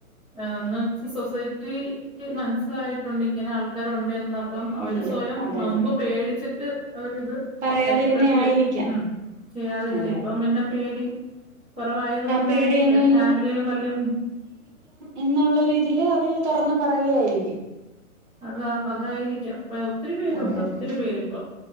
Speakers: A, in the centre; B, on the right.
A: എന്ന് വെച്ച സൊസൈറ്റിക്ക് മനസ്സിലായിട്ടുണ്ട് ഇങ്ങനെ ആൾക്കാരുണ്ടെന്ന് അപ്പം അവര്
B: ഉണ്ട്
A: സ്വയം
B: അതെ
A: മുമ്പ്
B: അതെ
A: പേടിച്ചിട്ട് അവരിത്
B: പറയാതിരുന്ന
A: അക്സെപ്റ്റ്
B: ആയിരിക്കാം
A: ചെയ ഉം ചെയ്യാതിരുന്ന
B: അതെ
A: ഇപ്പം
B: അതെ
A: പിന്നെ പേടി കുറവായത് കൊണ്ടായിരിക്കാം
B: പേടിയൊന്നും
A: ഫാമിലിയിലും വല്ല്യ
B: എന്നുള്ള ഒരു ഇതില് അവര് തുറന്ന് പറയുവാരിക്കും
A: അതാ അതായിരിക്കാം അപ്പ ഒത്തിരി പേരുണ്ട്
B: അതെ അതെ
A: ഒത്തിരി പേരിപ്പം